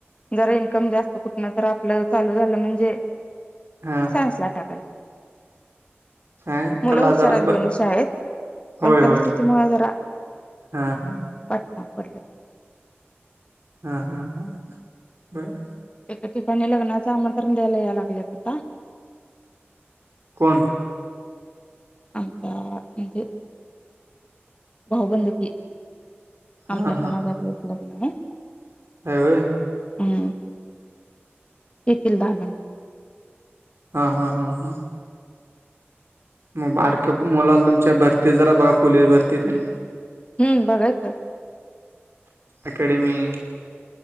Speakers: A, on the left; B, on the right.
A: जरा इन्कम जास्त कुठन तर आपलं चालू झालं म्हणजे
B: हा.
A: सायन्स ला टाकायचं
B: काय
A: मुलं
B: त्याला
A: हुशार
B: जरा
A: आहेत
B: ब
A: दोन्ही शाळेत,
B: होय
A: पण परिस्थितीमुळ
B: होय
A: जरा
B: हा हा.
A: पाठीमागे पडलेत.
B: हा हा हा बरं.
A: एका ठिकाणी लग्नाच आमंत्रण द्यायला यायलेत आता.
B: कोण?
A: आमचा म्हणजे भाऊबंदकी आमच्या
B: हा
A: समाजातलेच लग्न आहे.
B: हाय व्हय.
A: हम्म येतील दहा मिनटात.
B: हा हा हा हा. मग बारक्या मुलाला तुमच्या भरती जरा बघा पोलीस भरती तेन
A: हम्म बघायचं
B: अकॅडमी